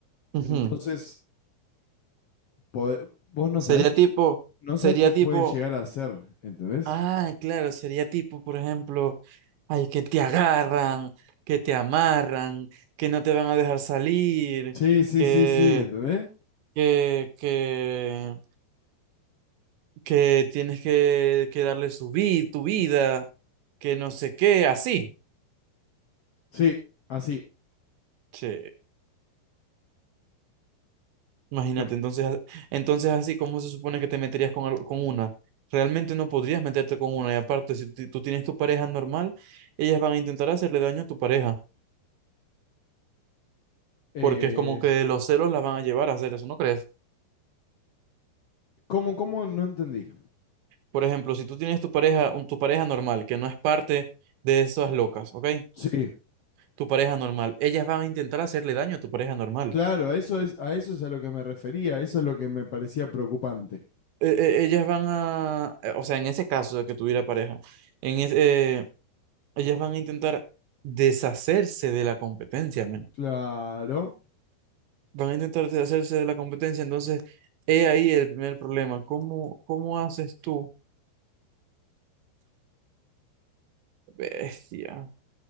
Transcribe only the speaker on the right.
ujú.
Sería
tipo,
sería
tipo,
ah, claro, sería tipo, por ejemplo, ay, que te agarran, que te amarran, que no te van a dejar salir,
que,
que, que, que tienes que, que darle su vida, tu vida, que no sé qué, así.
Che. Imagínate,
entonces, entonces así, ¿cómo se supone que te meterías con, al- con una? Realmente no podrías meterte con una. Y aparte, si ti- tú tienes tu pareja normal, ellas van a intentar hacerle daño a tu pareja,
porque es como que los celos la van a llevar a hacer eso, ¿no crees?
Por ejemplo, si tú tienes tu pareja, un- tu pareja normal, que no es parte de esas locas, ¿ok?
Tu pareja normal, ellas van a intentar hacerle daño a tu pareja normal.
E- e- ellas van a, eh, o sea, en ese caso de que tuviera pareja, en ese, ellas van a intentar deshacerse de la competencia, men.
Van a intentar deshacerse de la competencia, entonces he ahí el primer problema. ¿Cómo, cómo haces tú? Bestia.